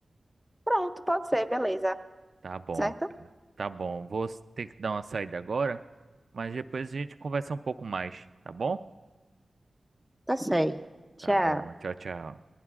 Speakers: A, in the centre; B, on the right.
A: Pronto, pode ser, beleza.
B: Tá bom,
A: Certo?
B: tá bom. Vou s- ter que dar uma saída agora, mas depois a gente conversa um pouco mais, tá bom?
A: Tá sei. Tchau.
B: Tá bom. Tchau, tchau.